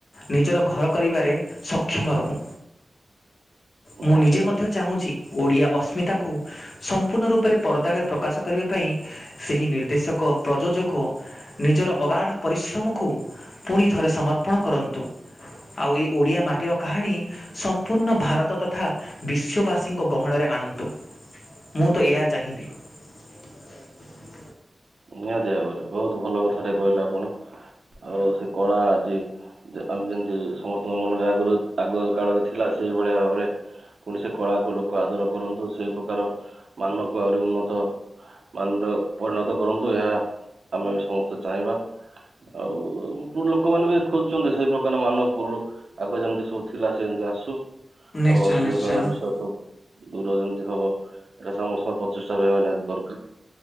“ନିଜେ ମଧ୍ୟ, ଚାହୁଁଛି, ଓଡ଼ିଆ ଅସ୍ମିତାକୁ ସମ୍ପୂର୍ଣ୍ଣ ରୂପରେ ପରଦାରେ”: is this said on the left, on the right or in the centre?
Left